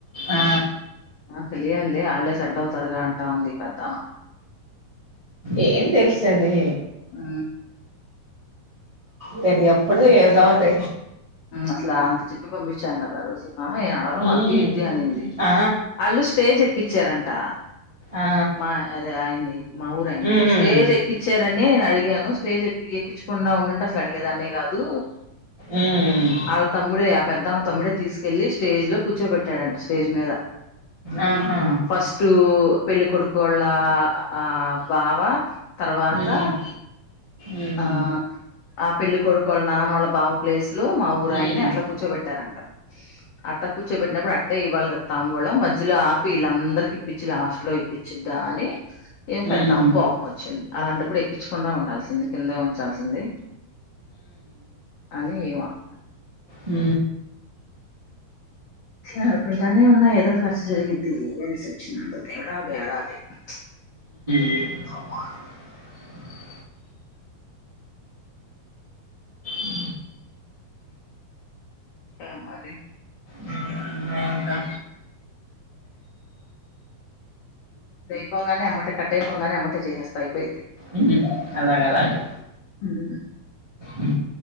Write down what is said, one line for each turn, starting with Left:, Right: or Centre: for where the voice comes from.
Right: ఆ
Left: ఆ తెలియాలి ఆళ్ళే సెట్ అవుతారుగా అంటా ఉంది పెద్దామ
Right: ఏం తెల్సతాది
Left: ఉ
Right: త ఎప్పుడు ఏదో ఒకటి
Left: అసలు అంత చెప్పి పంపించాం కదా ఆ రోజు ఆ అడవడం
Right: ఉమ్,
Left: అతి ఇది అనింది
Right: ఆ,
Left: అళ్ళు స్టేజ్ ఎ క్కిచ్చారంట
Right: ఆ,
Left: మా అదే ఆయన్ని మా ఊరు ఆయన్ని
Right: ఉమ్,
Left: స్టేజ్ ఎక్కించారని నేను అడిగాను స్టేజ్ ఎ ఎక్కించుకుండా ఉండుంటే అడిగేదాన్నే గాదు
Right: ఉమ్,
Left: వాళ్ళ తమ్ముడే ఆ పెద్ద తమ్ముడే తీసుకెళ్ళలి స్టేజ్ లో కూర్చోబెట్టాడంట స్టేజ్ మీద
Right: ఆహా,
Left: ఫస్ట్ పెళ్ళికడుకు కొళ ఆ బావా తర్వాత
Right: ఉమ్, ఉమ్,
Left: ఆ ఆ పెళ్ళ కొడుకు వాళ్ళ నాన్న వాళ్ళ బావ ప్లేస్ లో మా ఊరుయిన్ని
Right: ఉమ్,
Left: అట్లా కూర్చోబెట్టారంట అట్లా కూర్చోబెట్నప్పుడు అట్టే ఇవ్వాలి కదా తాంబూలో మధ్యలో ఆపి వీళ్ళందరికి ఇప్పించి లాస్ట్ లో ఇప్పించిద్దా అని ఏం పెద్దా
Right: ఉమ్,
Left: కోపం వచ్చింది అలాంటప్పుడు ఎక్కించకుండా ఉండాల్సింది కిందే ఉంచాల్సింది అని <unintelligible>
Right: ఉ
Left: అనుకుంటానే ఉన్నాయి ఏదో ఒక రచ్చ జరిగిద్ది అనిసి వచ్చినడు దేడా బేడా అది ప్చ్
Right: <unintelligible> ఊ
Left: అ మరి
Right: ఊ మింకా
Left: దైపోంగానే అమ్మట కట్టేపంగానే అమట చేసస్తా అయిపోయిది
Right: ఊ అలాగ అలాగే
Left: ఉమ్.
Right: ఊ